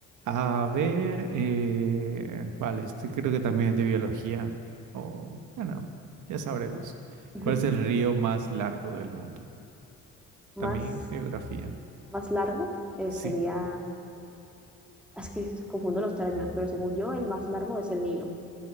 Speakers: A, on the right; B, in the centre.
A: A ver, eh, vale, este creo que también es de biología. O, bueno, ya sabremos.
B: <laughs>
A: ¿Cuál es el río más largo del mundo?
B: Más,
A: También es geografía.
B: más largo eh,
A: Sí.
B: sería. Es que confundo los términos, pero según yo, el más largo es el Nilo